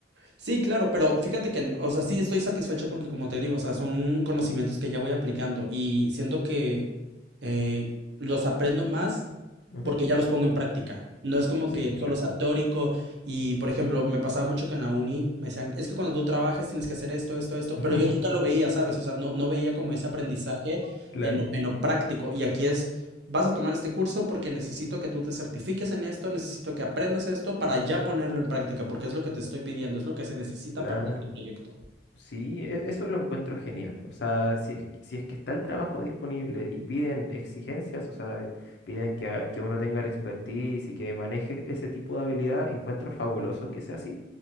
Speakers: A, on the right (about 70°); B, on the left (about 70°).
A: Sí, claro, pero fíjate que, o sea, sí estoy satisfecho porque como te digo, o sea, son conocimientos que ya voy aplicando y siento que eh, los aprendo más
B: Ujú.
A: porque ya los pongo en práctica. No es como
B: Sí,
A: que solo
B: claro.
A: sea teórico y, por ejemplo, me pasaba mucho que en la uni me decían, es que cuando tú trabajes tienes que hacer esto, esto, esto,
B: <laughs>
A: pero yo nunca lo veía, ¿sabes? O sea, no, no veía como ese aprendizaje
B: Claro,
A: en, lo- en lo práctico. Y aquí es, vas a tomar este curso porque necesito que tú te certifiques en esto, necesito que aprendas esto para ya ponerlo en práctica, porque es lo que te estoy pidiendo, es lo que se necesita
B: claro.
A: para este proyecto.
B: Sí, e- eso lo encuentro genial. O sea, si es, si es que está el trabajo disponible y piden exigencias, o sea, piden que, a- que uno tenga el expertise y que maneje ese tipo de habilidad, encuentro fabuloso que sea así,